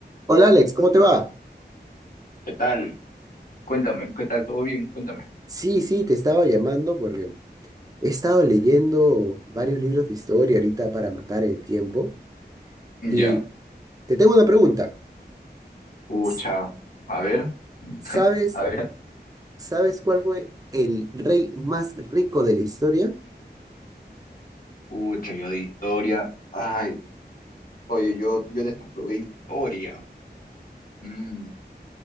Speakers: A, on the right; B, on the left.
A: Hola Alex, ¿cómo te va?
B: ¿Qué tal? Cuéntame, ¿qué tal? ¿Todo bien? Cuéntame.
A: Sí, sí, te estaba llamando porque he estado leyendo varios libros de historia ahorita para matar el tiempo
B: Ya.
A: y te tengo una pregunta.
B: Pucha.
A: S-
B: A ver,
A: ¿Sabes,
B: a ver.
A: sabes cuál fue el rey más rico de la historia?
B: Pucha, yo de historia. Ay, oye, yo, yo desaprobé historia. Mm,